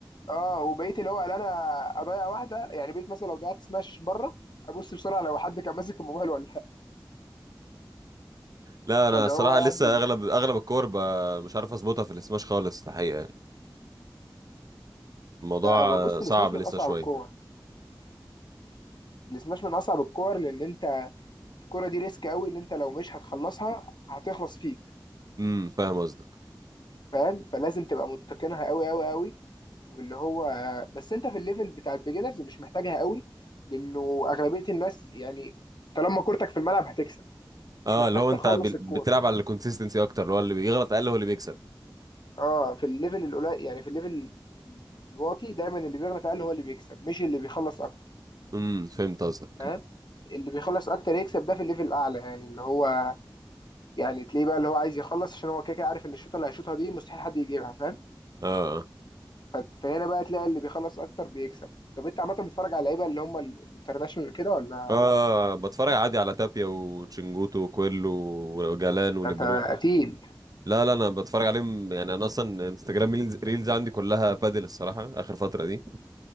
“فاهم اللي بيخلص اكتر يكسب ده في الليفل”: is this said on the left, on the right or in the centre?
Left